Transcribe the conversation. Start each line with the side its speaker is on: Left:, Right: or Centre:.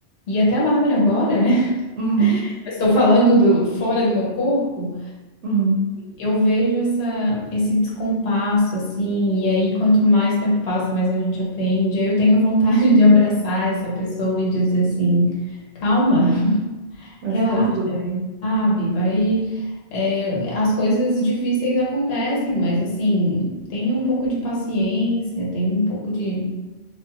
Left: e até a Bárbara agora, né? <laughs>
Right: Uhum,
Left: Estou falando do- fora do meu corpo,
Right: uhum.
Left: eu vejo essa, esse descompasso, assim, e aí quanto mais o tempo passa, mais a gente aprende. Aí eu tenho vontade <laughs> de abraçar essa pessoa e dizer assim, calma,
Right: Vai
Left: relaxa.
Right: ficar tudo bem.
Left: sabe? Vai. é, as coisas difíceis acontecem, mas assim, tenha um pouco de paciência, tenha um pouco de